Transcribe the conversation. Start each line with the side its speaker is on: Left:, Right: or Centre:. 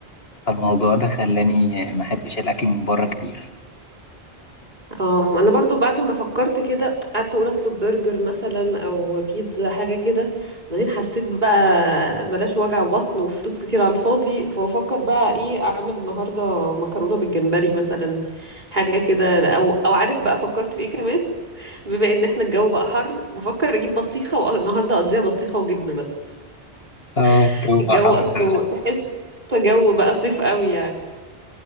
Left: فالموضوع ده خلاني ما احبش الاكل من بره كتير
Right: اه انا برضو بعد ما فكرت كده قعدت اقول اطلب برجر مثلا او بيتزا حاجه كده بعدين حسيت بقى بلاش وجع بطن وفلوس كتير على الفاضي فافكر بقى ايه اعمل النهارده مكرونه بالجمبري مثلا حاجه كده او او عارف بقى فكرت في ايه كمان <laughs> بما ان احنا الجو بقى حر بفكر اجيب بطيخه والنهارده اقضيها بطيخه وجبنه بس
Left: اه
Right: <laughs>
Left: الجو
Right: الجو
Left: بقى حر
Right: اصله
Left: فعلا
Right: تحس جو بقى صيف قوي يعني